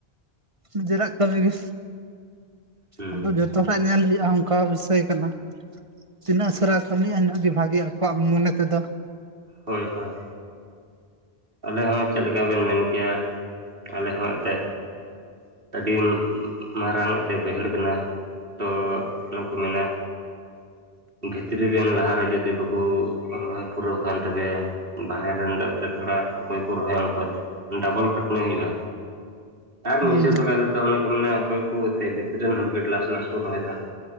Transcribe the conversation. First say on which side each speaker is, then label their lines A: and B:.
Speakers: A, on the right (about 30°); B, on the right (about 65°).
A: ᱱᱤᱡᱮᱨᱟᱜ ᱠᱟᱹᱢᱤ ᱜᱮ
B: ᱦᱩᱸ
A: ᱟᱫᱚ ᱡᱚᱛᱚ ᱦᱚᱲᱟᱜ ᱧᱮᱞ ᱦᱩᱭᱩᱜᱼᱟ ᱚᱱᱠᱟ ᱵᱤᱥᱚᱭ ᱠᱟᱱᱟ ᱾ ᱛᱤᱱᱟᱹᱜ ᱩᱥᱟᱹᱨᱟ ᱠᱟᱹᱢᱤᱼᱟ ᱤᱱᱟᱹᱜ ᱜᱮ ᱵᱷᱟᱜᱤᱜᱼᱟ ᱟᱠᱚᱣᱟᱜ ᱢᱚᱱᱮ ᱛᱮᱫᱚ ᱾
B: ᱦᱚᱭ ᱦᱚᱭ ᱟᱞᱮ ᱦᱚᱸ ᱪᱮᱫ ᱞᱮᱠᱟ ᱵᱤᱱ ᱢᱮᱱ ᱠᱮᱭᱟ ᱟᱞᱮ ᱦᱚᱸ ᱮᱱᱛᱮᱫ ᱾ ᱟᱹᱰᱤ ᱢᱟᱨᱟᱝ ᱮᱛᱮ ᱵᱟᱹᱭᱦᱟᱹᱲ ᱠᱟᱱᱟ ᱾ ᱛᱚ ᱱᱩᱠᱩ ᱢᱮᱱᱟ ᱵᱷᱤᱛᱨᱤ ᱨᱮᱱ ᱞᱟᱦᱟᱨᱮ ᱡᱩᱫᱤ ᱵᱟᱠᱚ ᱨᱚᱦᱚᱭ ᱯᱩᱨᱟᱹᱣ ᱠᱷᱟᱱ ᱛᱚᱵᱮ ᱵᱟᱨᱦᱮ ᱨᱮᱱ ᱫᱟᱜ ᱮᱴᱠᱮ ᱴᱚᱬᱮ ᱚᱠᱚᱭ ᱠᱚ ᱨᱚᱦᱚᱭᱟ ᱩᱱᱠᱩᱭᱟᱜ ᱰᱚᱵᱚᱞ ᱠᱷᱟᱹᱴᱟᱹᱱᱤ ᱦᱩᱭᱩᱜᱼᱟ ᱟᱨ
A: ᱦᱩᱸ
B: ᱢᱤᱫ <unintelligible>
A: ᱦᱩᱸ
B: ᱫᱚ ᱛᱚ ᱚᱱᱮ ᱠᱚ ᱢᱮᱱᱟ ᱚᱠᱚᱭ ᱠᱚ ᱮᱛᱮ ᱵᱷᱤᱛᱨᱤᱨᱮᱱ ᱦᱚᱲ ᱜᱮ ᱞᱟᱥ ᱞᱟᱥ ᱠᱚ ᱨᱚᱦᱚᱭᱮᱫᱟ ᱾